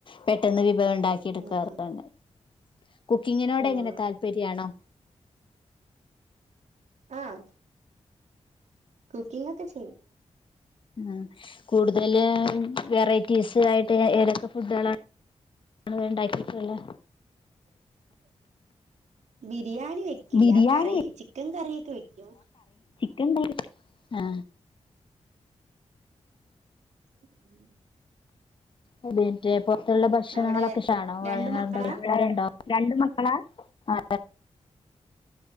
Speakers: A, on the left; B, on the right.
A: പെ വിഭ ഉണ്ടാക്കി എടുക്കാറന്നെ
B: ഉം ഉം
A: കുക്കിങ്ങിനോട്
B: ഉം
A: എങ്ങനെ താല്പര്യ ആണോ
B: ആഹ കുക്കിംഗ് ഒക്കെ ചെയ്യും
A: ആ കൂടുതല് വെറൈറ്റീസ് ആയിട്ട് ഏതൊക്കെ ഫുഡകളാണ് ആണ് വേണ്ടാക്കിട്ടുള്ളേ
B: <unintelligible> ബിരിയാണി വെക്കില്ല
A: ബിരിയാണി
B: കറി ചിക്കൻ കറൊക്കെ വെക്കും
A: ആഹ
B: ഉം
A: അ പുൊറത്തുള്ള ഭക്ഷണങ്ങളൊക്കെ
B: അവിടെ
A: ക്ഷണ
B: രണ്ട്
A: കാര്
B: മക്കളാ
A: ഉണ്ടുംക്കാണ്ടാവും രണ്ട് മക്കളാ ആ